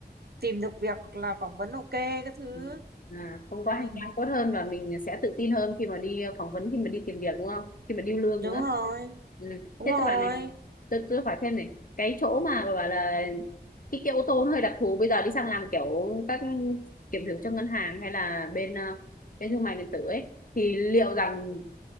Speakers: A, on the right; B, on the left.
A: tìm được việc hoặc là phỏng vấn ok các thứ.
B: Ừ. À, không có
A: Đấy.
B: hành trang tốt hơn và mình sẽ tự tin hơn khi mà đi phỏng vấn khi mà đi tìm việc đúng không khi mà điêu lương
A: Đúng
B: nữa
A: rồi,
B: ừ.
A: đúng
B: thế
A: rồi.
B: tôi bảo này tôi, tôi hỏi thêm này cái chỗ mà bà bảo là cái, cái ô tô nó hơi đặc thù bây giờ đi sang làm kiểu các kiểm thử cho ngân hàng hay là bên ờ, bên thương mại điện tử ấy thì liệu rằng